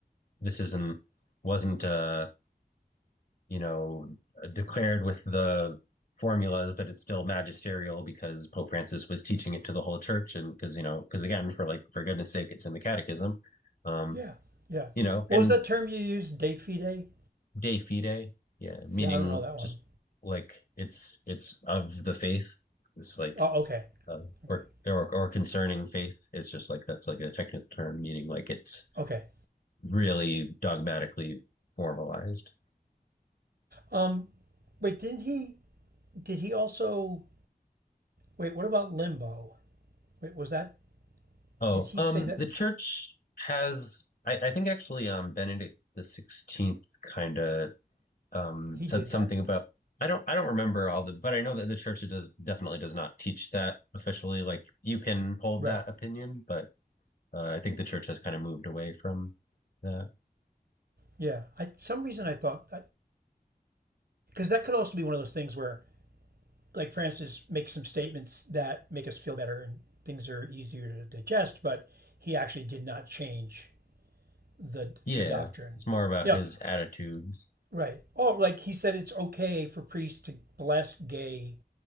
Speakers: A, on the left; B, on the right.
A: this isn't wasn't uh you know, declared with the formulas, but it's still magisterial because Pope Francis was teaching it to the whole church. And because, you know, because again, for like, for goodness sake, it's in the catechism, um,
B: Yeah. Yeah.
A: you know,
B: What
A: and
B: was that term you used? De fide?
A: de fide, yeah, meaning
B: Yeah, I don't know that
A: just
B: one.
A: like it's, it's of the faith. It's like,
B: Oh, okay.
A: uh,
B: Okay.
A: or, or, or concerning faith. It's just like, that's like a technical term, meaning like it's
B: Okay.
A: really dogmatically formalized.
B: Um. Wait, didn't he? Did he also? Wait, what about limbo? Wait, was that?
A: Oh,
B: Did he
A: um,
B: say that
A: the church has, I, I think actually, um, Benedict the Sixteenth kind of um
B: he
A: said
B: did
A: something
B: that?
A: about. I don't, I don't remember all the, but I know that the church does definitely does not teach that officially. Like you can hold
B: Right.
A: that opinion, but uh, I think the church has kind of moved away from that.
B: Yeah. I some reason I thought because that could also be one of those things where like Francis makes some statements that make us feel better and things are easier to digest, but he actually did not change the
A: Yeah,
B: the doctrine.
A: it's more about
B: You know,
A: his attitudes,
B: right. Oh, like he said it's okay for priests to bless gay